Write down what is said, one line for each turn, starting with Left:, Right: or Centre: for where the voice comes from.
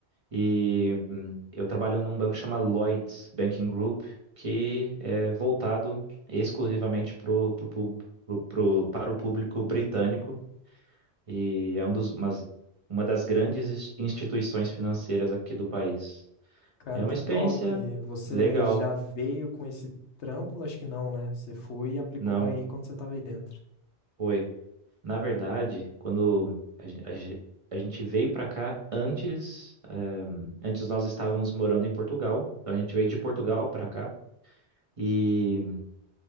Right: E hum, eu trabalho num banco que chama Lloyds Banking Group, que é voltado exclusivamente pro, pro, pub- pro, pro- para o público britânico e é um dos, umas, uma das grandes is- instituições financeiras aqui do país.
Left: Cara,
Right: É
Left: que
Right: uma experiência
Left: top. Você
Right: legal,
Left: já veio com esse trampo? Acho que não, né? Você foi e aplicou
Right: não
Left: aí quando você tava aí dentro.
Right: foi. Na verdade, quando a, gen- a gen- a gente veio para cá antes, eh, antes nós estávamos morando em Portugal, então a gente veio de Portugal para cá. e